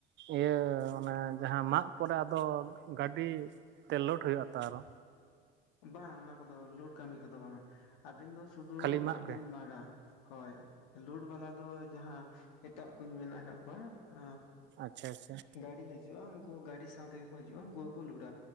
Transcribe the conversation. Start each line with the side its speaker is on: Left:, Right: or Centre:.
Right: ᱤᱭᱟᱹ ᱚᱱᱮ ᱡᱟᱦᱟ ᱢᱟᱜ ᱯᱚᱨᱮ ᱟᱫᱚ ᱜᱟᱹᱰᱤ ᱛᱮ ᱞᱳᱰ ᱦᱩᱭᱩᱜ ᱟᱛᱚ ᱟᱨᱚ
Left: ᱵᱟᱝ ᱚᱱᱟ ᱠᱚᱫᱚ ᱞᱳᱰ ᱠᱟᱹᱢᱤ ᱠᱚᱫᱚ ᱵᱟᱝᱟ ᱟᱹᱵᱤᱱ ᱫᱚ ᱥᱩᱫᱩ
Right: ᱠᱷᱟᱹᱞᱤ
Left: ᱡᱟᱫ
Right: ᱢᱟᱜ
Left: ᱵᱤᱱ
Right: ᱜᱮ
Left: ᱢᱟᱜᱟ ᱦᱚᱭ ᱞᱩᱰ ᱵᱟᱞᱟ ᱫᱚ ᱡᱟᱦᱟ ᱮᱴᱟᱜ ᱠᱩᱡᱽ ᱢᱮᱱᱟᱜ ᱟᱠᱟᱫ ᱠᱚᱣᱟ ᱟ...
Right: ᱟᱪᱪᱷᱟ ᱟᱪᱪᱷᱟ
Left: ᱜᱟᱹᱰᱤ ᱦᱤᱡᱩᱜ-ᱟ ᱩᱱᱠᱩ ᱜᱟᱹᱰᱤ ᱥᱟᱶᱛᱮᱜᱮᱠᱚ ᱦᱤᱡᱩᱜ-ᱟ ᱩᱱᱠᱩᱠᱚ ᱞᱳᱰ